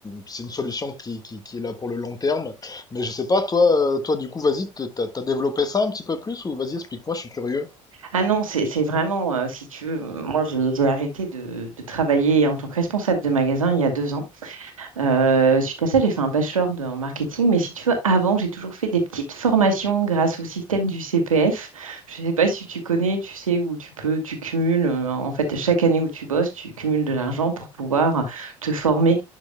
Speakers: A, on the left (about 20°); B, on the right (about 75°).
A: c'est une solution qui, qui, qui est là pour le long terme. Mais je sais pas, toi, euh, toi du coup, vas-y, t- t'as, t'as développé ça un petit peu plus ou vas-y, explique-moi, je suis curieux.
B: Ah non, c'est, c'est vraiment, euh, si tu veux, euh, moi, j'ai j'ai arrêté de, de travailler en tant que responsable de magasin il y a deux ans. Euh, suite à ça, j'ai fait un bachelor de- en marketing, mais si tu veux, avant, j'ai toujours fait des petites formations grâce au système du CPF. Je ne sais pas si tu connais, tu sais, où tu peux, tu cumules, euh, en fait, chaque année où tu bosses, tu cumules de l'argent pour pouvoir te former.